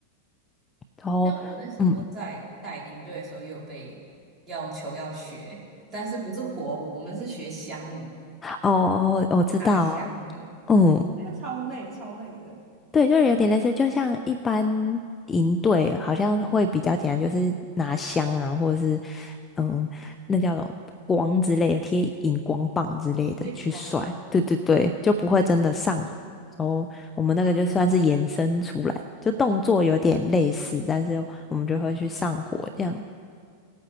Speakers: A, on the left; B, on the right.
A: 然后，
B: 像我那时候在带营队的时候，
A: 嗯，
B: 也有被要求要学，但是不是火舞，我们是学香舞，
A: 哦哦，我知道，
B: 拿香的，
A: 嗯。
B: 那个超累，超累的。
A: 对，就是有点类似，就像一般营队好像会比较简单，就是拿香啊，或者是嗯，那叫什么光之类的，贴荧光棒之类的去甩。
B: 对，荧光棒。
A: 对对对，
B: 嗯，
A: 就不会真的上火。然后我们那个就算是延伸出来，就动作有点类似，但是我们就会去上火这样。